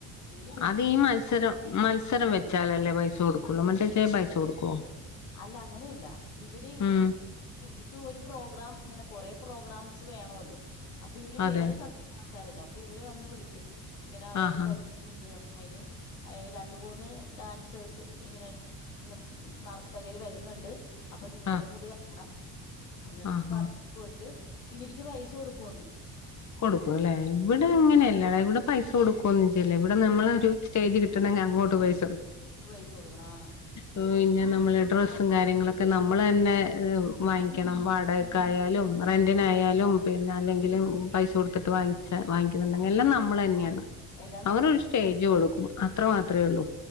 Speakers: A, on the left (about 85°); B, on the left (about 35°).
A: ഇവര് ഇവർക്ക്
B: അതി
A: വേണ്ടി
B: ഈ മത്സര മത്സ
A: കളിക്കും.
B: മത്സരം വെച്ചാലല്ലേ പൈസ കൊടുക്ക <unintelligible> പൈസ കൊടുക്കുവോ
A: അല്ല അങ്ങനെയല്ല ഇവര്
B: ഉം
A: ഇവ ഇവക്ക് ഒരു പ്രോഗ്രാം ഇങ്ങനെ കൊറെ പ്രോഗ്രാംസ് വേണല്ലോ അപ്പൊ ഇവര്
B: അതെ
A: വേറെ സ്ഥലത്തുള്ള ആൾക്കാരല്ലേ അപ്പൊ ഇവര് വന്ന് വിളിക്കും ഇങ്ങനെ ആ
B: ആഹാ
A: ഒരു പരിപാടി ഉണ്ട് അയിന് രണ്ടു മൂന്ന് ഡാൻസേഴസ് ഇങ്ങനെ നീർ നർ അവര് വരുന്നുണ്ട് അപ്പൊ നിങ്ങളും
B: ആഹ്
A: കൂടി വെരണം അന്ന്
B: ആഹാ
A: പറഞ്ഞിട്ട് പോയിട്ട് ഇവരിക്ക് പൈസ കൊടുക്കുവന്ന്
B: കൊടുക്കും അല്ലേ ഇവിടെ അങ്ങനെയല്ലടെ പൈസ കൊടുക്കുവൊന്നും ചെയ്യില്ല ഇവിടെ നമ്മള് ഒരു സ്റ്റേജ്കിട്ടണെിൽ അങ്ങോട്ട് പോയി
A: പൈസ കൊടുക്കണം ആ
B: പിന്നെ നമ്മള് ഡ്രസ്സും കാര്യങ്ങളൊക്കെ നമ്മൾ തന്നെ വാങ്ങിക്കണം വാട ക്കായാലും റെന്റിന് അയാലും പിന്നെ അല്ലെങ്കിലും പൈസ കൊടുത്തിട്ട് വാങ്ങിച്ച വാങ്ങിക്കുന്നുണ്ടെിൽ എല്ലാം നമ്മൾ തന്നെയാണ്
A: എല്ലാം നമ്മള്
B: അവരൊരു സ്റ്റേജ് കൊടുക്കും അത്ര മാത്രമേ ഉള്ളൂ